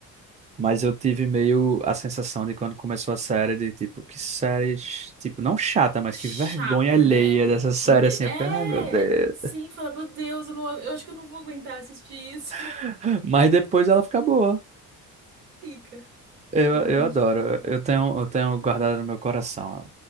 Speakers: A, on the right; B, on the right.
A: Mas eu tive meio a sensação de quando começou a série, de tipo, que série, ch- tipo, não chata, mas
B: chata,
A: que vergonha alheia
B: né?
A: dessa série,
B: Ente-
A: assim.
B: É!
A: Eu fiquei, ai meu Deus.
B: Sim, fala, meu Deus, eu, não, eu acho que eu não vou aguentar assistir isso. <laughs>
A: <laughs> Mas depois ela fica boa.
B: Fica,
A: Eu,
B: realmente
A: eu adoro.
B: fica.
A: Eu tenho, eu tenho guardado no meu coração